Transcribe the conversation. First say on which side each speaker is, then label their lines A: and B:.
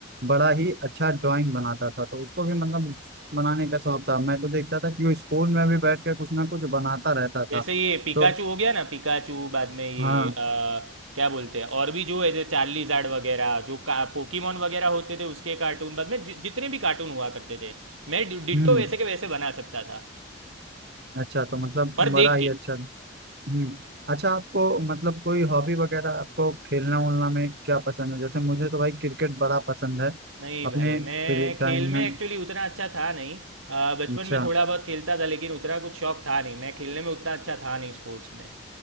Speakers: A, on the right; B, on the right.
A: बड़ा ही अच्छा ड्राइंग बनाता था तो उसको भी मतलब बनाने का शौक था मैं तो देखता था कि वो स्कूल में भी बैठ कर कुछ ना कुछ बनाता रहता था
B: जैसे ये पिकाचू
A: तो
B: हो गया ना पिकाचू बाद में ये
A: हाँ
B: अ, क्या बोलते हैं और भी जो ऐसे चार्लीजार्ड वगैरह जो पोकीमोन वगैरह होते थे उसके कार्टून बाद में जि, जितने भी कार्टून हुआ करते थे मैं डि- डिट्टो
A: हम्म
B: वैसे के वैसे बना सकता था
A: अच्छा तो मतलब
B: पर
A: बड़ा
B: देख
A: ही
B: के
A: अच्छा हम्म अच्छा आपको मतलब कोई हॉबी वगैरह आपको खेलना उलना में क्या पसंद है जैसे मुझे तो भाई क्रिकेट बड़ा पसंद है
B: नहीं
A: अपने
B: भाई मैं
A: फ्री
B: खेल
A: टाइम
B: में
A: में
B: एक्चुअली उतना अच्छा था नहीं अ, बचपन
A: अच्छा
B: में थोड़ा बहुत खेलता था लेकिन उतना कुछ शौक था नहीं मैं खेलने में उतना अच्छा था नहीं स्पोर्ट्स में